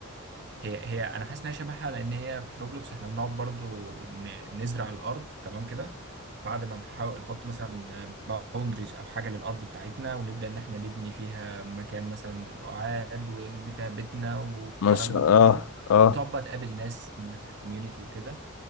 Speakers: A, on the right; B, on the left.
A: هي هي انا حاسس انها شبهها لان هي في روبلوكس احنا بنقعد برضو ن- نزرع الارض تمام كده بعد ما نحاول نحط مثلا باوندريز او حاجه للارض بتاعتنا ونبدا ان احنا نبني فيها مكان مثلا للقعاد ونبني فيها بيتنا والكلام
B: ما شاء
A: ده
B: الله
A: كله
B: اه
A: وتقعد بقى تقابل ناس من نفس الكوميونتي وكده